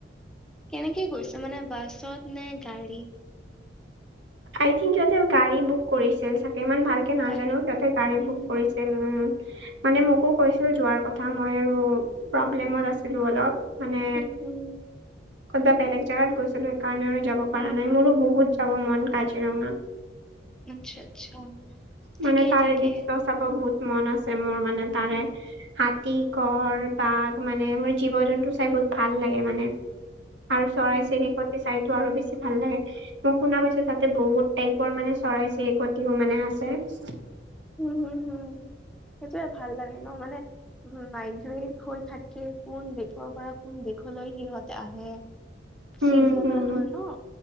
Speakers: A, in the centre; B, on the right.
A: কেনেকে গৈছে মানে, বাছত নে গাড়ীত?
B: I think! সিহঁতে গাড়ী বুক কৰিছিল চাগে! ইমান ভালকে নাজানোঁ।
A: গাড়ী
B: সিহঁতে, গাড়ী
A: উম
B: বুক
A: হুম।
B: কৰিছিল। উম! মানে, মোকো কৈছিল! যোৱাৰ কথা। মই আৰু প্ৰব্লেমত আছিলোঁ, অলপ। মানে,
A: উম হুম
B: ক'ৰবাত বেলেগ জাগাত গৈছিলোঁ। সেইকাৰণে, আৰু যাব পৰা
A: অ
B: নাই।
A: হুম
B: মোৰো বহুত চাব মন কাজিৰঙা!
A: আচ্ছা! আচ্ছা!
B: মানে,
A: ঠিকেই
B: তাৰে
A: ঠিকেই।
B: দৃশ্য চাব বহুত মন আছে! মোৰ মানে, তাৰে
A: উম
B: হাতী, গড়, বাঘ মানে, মোৰ জীৱ-জন্তু চাই বহুত ভাল লাগে, মানে! আৰু
A: উম
B: চৰাই-চিৰিকটি
A: হুম
B: চাই। আৰু বেছি ভাল লাগে! মই শুনা পাইছোঁ, তাতে বহুত টাইপৰ মানে, চৰাই-চিৰিকটিও মানে, আছে। <unintelligible>
A: হোঁ হোঁ হোঁ, সেইটোৱে ভাল লাগে ন'! মানে। উম, মাইগ্ৰেট হৈ থাকে। কোন দেশৰ পৰা, কোন দেশলৈ, সিহঁতে আহে।
B: উম
A: চিজনেল
B: উম
A: মানুহ।